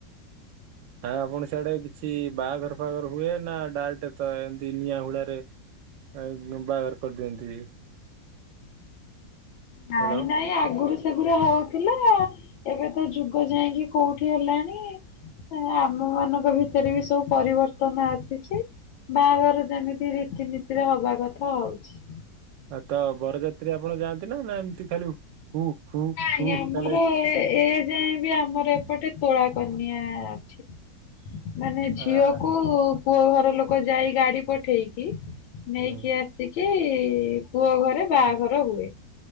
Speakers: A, on the right (about 75°); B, on the left (about 80°).
A: ଆ ଆପଣ ସିଆଡେ କିଛି ବାହାଘର ଫାଘର ହୁଏ ନା ଡାଇରେକ୍ଟ ସେମିତି ନିଆଁ ହୁଳାରେ ଆ ବାହାଘର କରିଦିଅନ୍ତି।
B: ନାଇଁ
A: ହ୍ୟାଲୋ
B: ନାଇଁ ଆଗରୁ ସେଗୁରୁ ସେଗୁରା ହୋଉ ଥିଲା ଏବେ ତ ଯୁଗ ଯାଇକି କୋଉଠି ହେଲାଣି। ଆମ ମାନଙ୍କ ଭିତରେ ବି ସବୁ ପରିବର୍ତ୍ତନ ଆସିଛି। ବାହାଘର ଯେମିତି ରୀତିନୀତିରେ ହବା କଥା ହଉଛି।
A: ଆଉ ତ ବରଯାତ୍ରୀ ଆପଣ ଯାଆନ୍ତି ନା ନା ଏମିତି ଖାଲି ହୁ ହୁ?
B: ନାଇଁ
A: ହୁ
B: ଆମର
A: ତାହଲେ
B: ଏ ଯାଏ ବି ଆମର ଏପଟେ ତୋଳା କନ୍ୟାଆ ଅଛି। ମାନେ ଝିଅକୁ
A: ଆହା
B: ପୁଅ ଘର ଲୋକ ଯାଇ ଗାଡି ପଠେଇକି ନେଇକି
A: ହୁଁ
B: ଆସିକି ପୁଅ ଘରେ ବାହାଘର ହୁଏ।